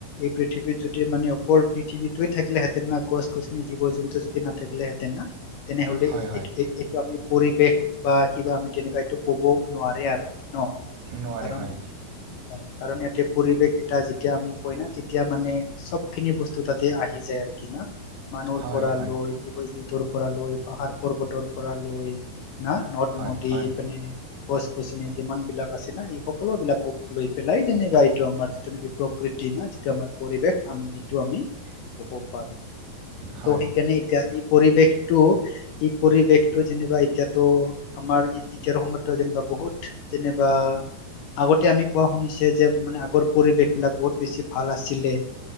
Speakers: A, on the left; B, on the right.
A: পৃথিৱী পৃথিৱীত যদি মানে অকল পৃথিৱীটোৱে থাকিলে হেঁতেন না গছ-গছনি, জীৱ-জন্তু যদি নাথাকিলে হেঁতেন না তেনেহ'লে
B: হয়
A: এ
B: হয়
A: এইটো এইট এইটো আমি পৰিৱেশ বা কিবা আমি তেনেকুৱা এইটো ক'ব নোৱাৰে আৰু নহ?
B: নোৱাৰে
A: কাৰণ
B: হয়
A: হয় কাৰণ ইয়াতে পৰিৱেশ এটা যেতিয়া আমি কয় না তেত তেতিয়া মানে চব খিনি বস্তু তাতে আহি যায় আৰু কি না, মানুহৰ
B: হয়
A: পৰা
B: হয়
A: লৈ জীৱ-জন্তুৰ পৰা লৈ, পাহাৰ-পৰ্বতৰ পৰা লৈ, না নদ
B: হয়
A: নদী
B: হয়
A: পেনে গছ-গছনি যিমান বিলাক আছে না, এই সকলো বিলাকক লৈ পেলাই যেনিবা এইটো আমাৰ যিটো নেকি প্ৰকৃতি না, যিটো আমাৰ পৰিৱেশ আমি সেইটো আমি ক'ব পাৰো।
B: হয়
A: তো সেইকাৰণে, এতিয়া এই পৰিৱেশটো এই পৰিৱেশটো যেনিবা এতিয়াতো, আমাৰ এই তেতিয়াৰ সময়টো যেনিবা বহুত যেনিবা আগতে আমি কোৱা শুনিছে যে, মানে আগৰ পৰিৱেশ বিলাক বহুত বেছি ভাল আছিলে,